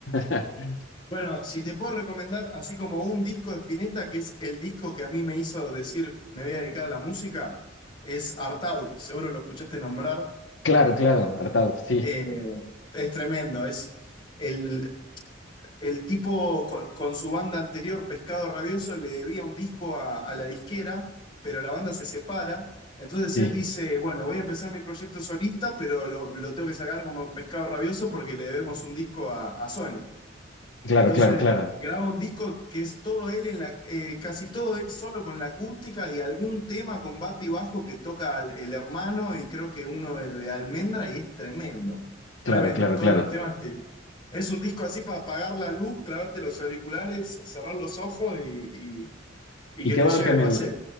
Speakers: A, on the left; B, on the left.
A: <laughs>
B: Bueno, si te puedo recomendar, así como un disco de Spinetta, que es el disco que a mí me hizo decir me voy a dedicar a la música, es Art Out, seguro lo escuchaste nombrar.
A: Claro, claro, hartado, sí,
B: Eh, es tremendo, es. el el tipo co- con, su banda anterior, Pescado Rabioso, le debía un disco a, a la disquera, pero la banda se separa. Entonces
A: sí,
B: él dice, bueno, voy a empezar mi proyecto solista, pero lo, lo tengo que sacar como Pescado Rabioso porque le debemos un disco a, a Sony.
A: claro,
B: Entonces
A: claro, claro,
B: graba un disco que es todo él en la, eh, casi todo él solo con la acústica y algún tema con bate y bajo que toca el, el hermano y creo que uno de, de Almendra y es tremendo,
A: claro,
B: tremendo.
A: claro,
B: Todos
A: claro.
B: los temas te- es un disco así para apagar la luz, clavarte los auriculares, cerrar los ojos y, y- y
A: Y
B: que
A: qué
B: te
A: bueno
B: lleve
A: que me,
B: paseo.